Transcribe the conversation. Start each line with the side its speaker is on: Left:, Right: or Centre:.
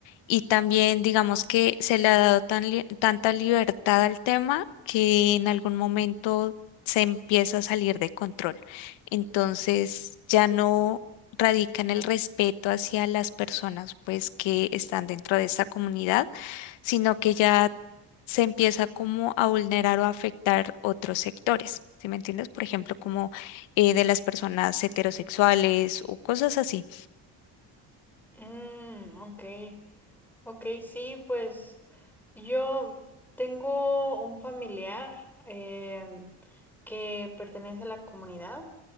Left: y también digamos que se le ha dado tan li- tanta libertad al tema que en algún momento se empieza a salir de control. Entonces ya no radica en el respeto hacia las personas pues que están dentro de esta comunidad sino que ya se empieza como a vulnerar o a afectar otros sectores. ¿Sí me entiendes? Por ejemplo, como eh, de las personas heterosexuales o cosas así.
Centre: Mm, ok. Ok, sí, pues yo tengo un familiar em, que pertenece a la comunidad